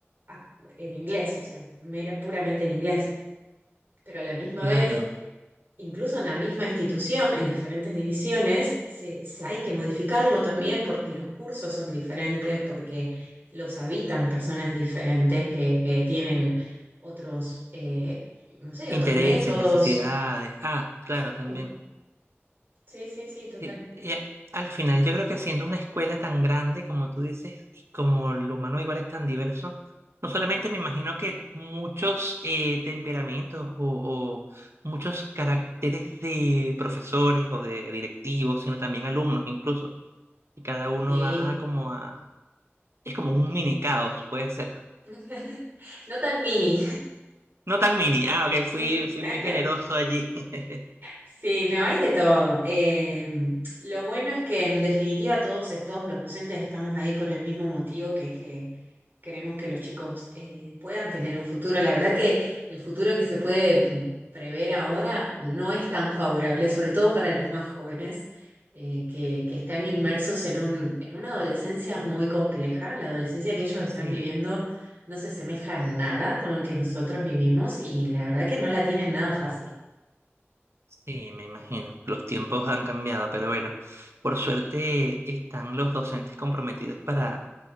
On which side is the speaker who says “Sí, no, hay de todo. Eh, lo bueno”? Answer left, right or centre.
Right